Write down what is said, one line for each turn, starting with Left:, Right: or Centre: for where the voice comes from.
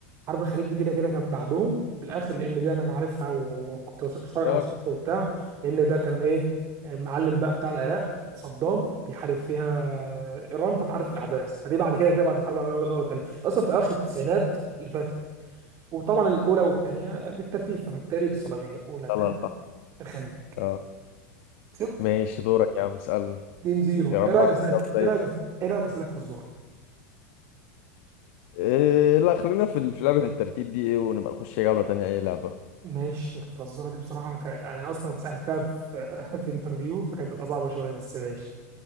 Right: حرب الخليج دي كده كده كان بعدهم في الاخر لان دي انا أنا عارفها و- وكنت بس- بتفرج على
Left: يا
Right: وثائقي
Left: جدع.
Right: وبتاع لان ده كان ايه معلم بقى بتاع العراق صدام بيحارب فيها ايران فانا عارف الاحداث فدي بعد كده كده بعد الحرب العالميه الاولى والثانيه اصلا في اخر التسعينات اللي فاتت وطبعا الاولى والثانيه بالترتيب فبالتالي الصليبيه اولى
Left: خلاص
Right: ثانيه الخليج
Left: اه
Right: كسبت
Left: ماشي دورك يا عم اسألني
Right: 2 0
Left: يا رب
Right: ايه رايك
Left: اعرف
Right: اسالك
Left: اجاوب زيك
Right: ايه رايك ايه رايك اسالك في الزور
Left: إيه لا خلينا في ال- في لعبة الترتيب دي ايه ونبقى نخش جولة تانية اي لعبة
Right: ماشي الفزورة دي بصراحة ك- يعني أصلا اتسألتها في <laughs> في انترفيو فكانت بتبقى صعبة شوية بس ماشي